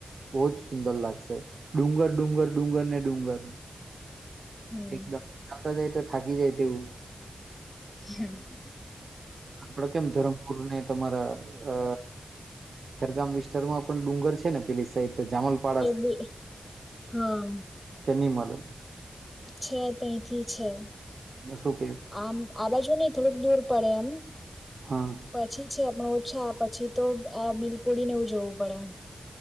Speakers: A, on the right; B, on the left.
A: બહુ જ સુંદર લાગશે. ડુંગર ડુંગર ડુંગર ને ડુંગર
B: હમ
A: એકદમ જાતા જાય તો થાકી જાય તેવું.
B: તે
A: આપડે કેમ ધરમપુરને ત તમારા અ ખેરગામ વિસ્તારમાં પણ ડુંગર છે ને પેલી સાઈડ તે જામલપાડા સાઇડ
B: બી હા
A: ત્યાં ની મલે.
B: છે તેથી છે.
A: શું કે
B: આમ આ બાજુની થોડુંક દૂર પડે એમ.
A: હા
B: પછી છે પણ ઓછા પછી તો આ બિલપુડીને એવું જોવું પડે એમ.